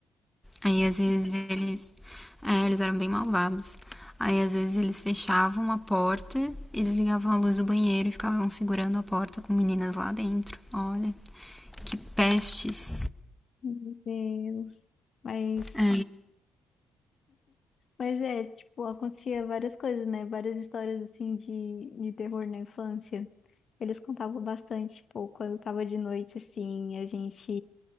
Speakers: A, in the centre; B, on the left.
A: Aí às vezes eles, é, eles eram bem malvados. Aí às vezes eles fechavam a porta e desligavam a luz do banheiro e ficavam segurando a porta com meninas lá dentro. Olha, que pestes.
B: Meu Deus. Mas,
A: É.
B: mas é, tipo, acontecia várias coisas, né? Várias histórias assim de, de terror na infância. Eles contavam bastante, tipo, quando tava de noite, assim, a gente.